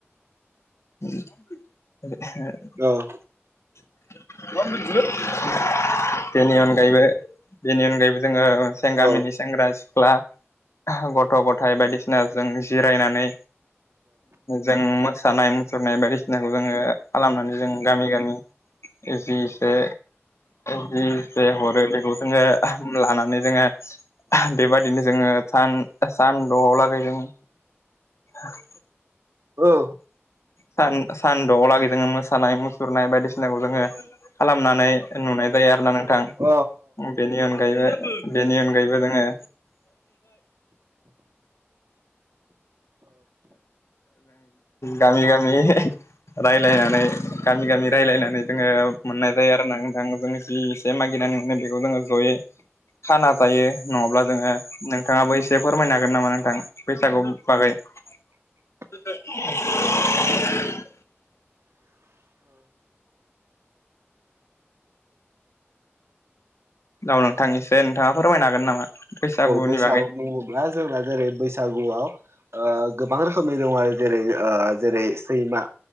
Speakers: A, on the left; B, on the right.
A: <unintelligible>
B: औ औ
A: <unintelligible> बेनि अनगायैबो बेनि अनगायैबो जोङो
B: औ
A: गामिनि सेंग्रा सिख्ला गथ' गथाइ बायदिसिनाजों जिरायनानै जों मोसानाय मुसुरनाय बायदिसिनाखौ जोङो खालामनानै जों गामि गामि जि एसे जि जे हरो बेखौ जोङो लानानै जोङो बेबादिनो जोङो सान सानद'आव लागै जों आरो
B: औ
A: सान सानदआलागै जोङो मोसानाय मुसुरनाय बायदिसिनाखौ जोङो खालामनानै नुनाय जायो आरो ना नोंथां।
B: औ
A: बेनि अनगायैबो बेनि अनगायैबो दोङो गामि गामि <unintelligible> रायलायनानै गामि गामि रायलायनानै जोङो मोननाय जायो आरोना नोंथां जोंनि जि एसे मागिना नै बेखौ जोङो ज'यै खाना जायो नङाब्ला जोङो नोंथाङाबो एसे फोरमायनो हागोन नामा नोंथां बैसागु बागै
B: <inaudible>
A: <unintelligible> औ नोंथां इसे नोंथाङा फोरमायनो हागोन नामा? बैसागुनि
B: बैसागु
A: बागै
B: बुङोब्ला जोंना जेरै बैसागुआव ओ गोबां रोखोमनि दङ आरो जेरै ओं जेरै सैमा